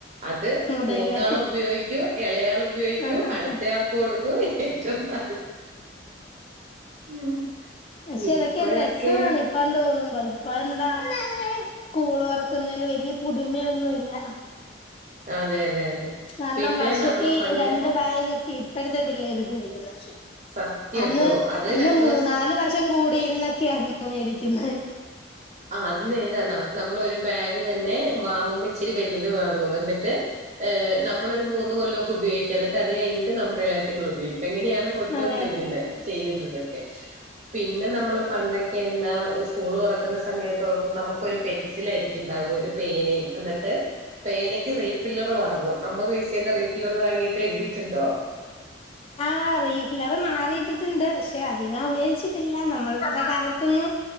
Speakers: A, on the right; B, on the left.
A: അത്
B: ഉം അതെല്ലേ
A: മൂത്താൾ ഉപയോഗിക്കും ഇളയാൾ ഉപയോഗിക്കും
B: ആഹ് ആഹ്
A: അടുത്ത
B: ആഹ്
A: ആൾ കൊടുക്കും ഏറ്റും താ ഉം
B: പക്ഷെ
A: ഇപ്പോഴൊക്കെ
B: അതൊക്കെ ഒരുരസമാണ് ഇപ്പന്തോന്നുമ്പ ഇപ്പ എന്താ സ്കൂൾ തുറക്കുന്നതിന് വല്യ പുതുമയൊന്നുംല്ല
A: അതെ അതെ അതെ
B: കാരണം
A: പിന്നെ
B: വർഷത്തി
A: നമ്മള് പണ്ട്
B: രണ്ട് ബാഗ് ഇപ്പോഴത്തെ പിള്ളേർ ഉപയോഗിക്കുന്നെ
A: സത്യം
B: അന്ന്
A: ട്ടോ അത്
B: അന്ന്
A: രണ്ടു
B: മൂന്നാല്
A: ദിവസം
B: വർഷം കൂടിയിരുന്നൊക്കെയായിരുന്നു മേടിക്കുന്നത്
A: ആ അത് നേരന്നാ നമ്മളൊരു ബാഗ് തന്നെ വാങ്ങുമ്പോ ഇച്ചിരി വലുത് വാങ്ങും എന്നിട്ട് ഏ നമ്മളൊരു മൂന്ന്കൊല്ലൊക്കെ ഉപയോഗിക്ക്യഎന്നിട്ട് അത് കഴിഞ്ഞിട്ട് നമ്മുടെ ഇളയത്തിങ്ങൾ ഉപയോഗിക്ക എങ്ങനെയാണ് കൊടുത്തൊണ്ടിരിക്കുന്നെ
B: അതെ അതെ
A: ചെയ്യുന്നതൊക്കെ പിന്നെ നമ്മൾ പണ്ടൊക്കെന്താ സ്കൂൾ തുറക്കുന്ന സമയത്ത് നമുക്കൊരു പെൻ തിലാരിക്കണ്ടാവാ ഒരു പേനയും എന്നിട്ട് പേനക്ക് റീഫി റീഫില്ലർ വാങ്ങും അമ്പത് പൈസേന്റെ റീഫില്ലർ വാങ്ങിട്ട് എഴുതിയിട്ടുണ്ടോ
B: ആ റീഫില്ലർ മാറിയിട്ടിട്ടുണ്ട് പക്ഷെ അധികം ഉപയോഗിച്ചിട്ടില്ല നമ്മൾടെ കാലത്തൊന്നും